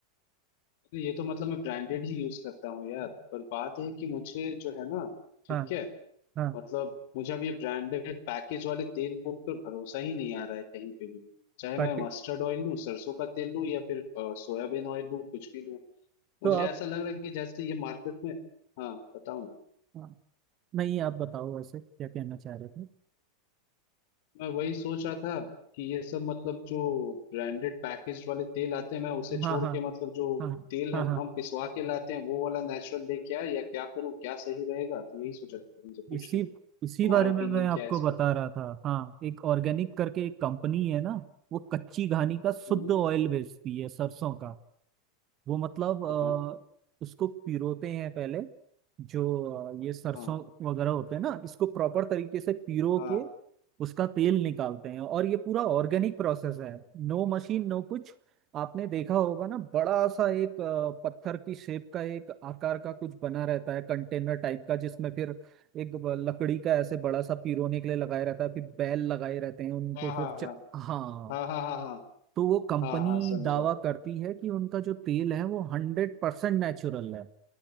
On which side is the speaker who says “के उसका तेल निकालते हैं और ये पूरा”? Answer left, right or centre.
Right